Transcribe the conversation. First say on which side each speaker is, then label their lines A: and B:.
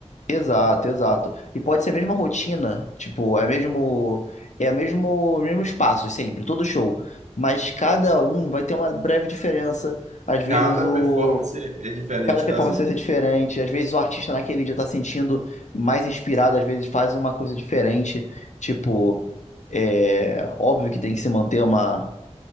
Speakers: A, on the left; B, on the right.
A: exato, exato. E pode ser a mesma rotina, tipo, é mesmo, é a mesmo, os mesmos passos sempre, todo show. Mas cada um vai ter uma breve diferença. Às vezes
B: Cada
A: o
B: performance é diferente
A: Cada performance
B: das outras.
A: vai ser diferente. Às vezes o artista naquele dia tá sentindo mais inspirado, às vezes faz uma coisa diferente. Tipo, é óbvio que tem que se manter uma,